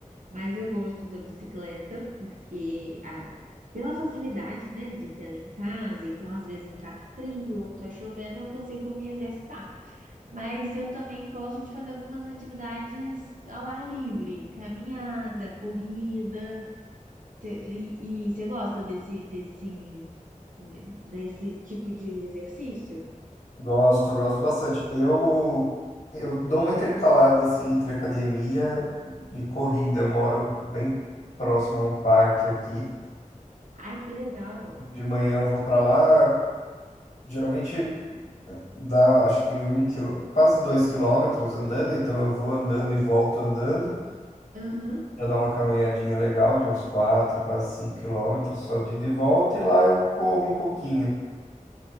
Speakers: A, on the right; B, on the left.
A: mas eu gosto da bicicleta porque a- pela facilidade, né, de ter ela em casa, então às vezes tá frio ou tá chovendo, eu consigo me exercitar. Mas eu também gosto de fazer algumas atividades ao ar livre, caminhada, corrida. Cê- e e você gosta desse, desse de- desse tipo de exercício.
B: Gosto, gosto bastante. Eu, eu dou uma intercalada, assim, entre academia e corrida. Eu moro bem próximo a um parque aqui.
A: Ai, que legal.
B: De manhã eu vou para lá, geralmente eh, dá, acho que um quilo, quase dois quilômetros andando, então eu vou andando e volto andando.
A: Aham.
B: Eu dar uma caminhadinha legal de uns 4, quase 5 quilômetros só de ida e volta, e lá eu corro um pouquinho.